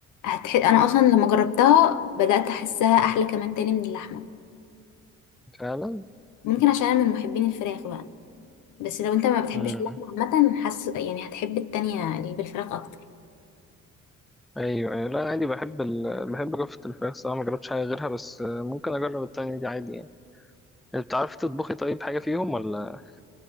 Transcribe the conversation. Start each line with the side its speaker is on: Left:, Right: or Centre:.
Left: هتح... انا اصلا لما جربتها بدأت احسها احلى كمان تاني من اللحمة
Centre: فعلا
Left: ممكن عشان انا من محبين الفراخ بقى بس لو انت ما بتحبش
Centre: مم.
Left: اللحمة عامة حاسس يعني هتحب التانية اللي بالفراخ اكتر
Centre: ايوه ايوه لا عادي بحب ال... بحب رفة الفراخ صراحة ما جربتش حاجة غيرها بس آه، ممكن اجرب التانية دي عادي يعني انت بتعرفي تطبخي طيب حاجة فيهم ولا